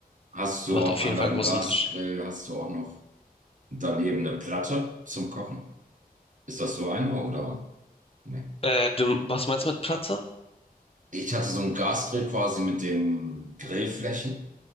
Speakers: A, on the right; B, on the left.
A: Hast du
B: Macht
A: auch
B: auf
A: an
B: jeden Fall
A: deinem
B: einen großen
A: Gasgrill,
B: Unterschied.
A: hast du auch noch Daneben eine Platte zum Kochen. Ist das so eine oder? Nee.
B: Äh, du, was meinst du mit Platte?
A: Ich hatte so einen Gasgrill quasi mit den Grillflächen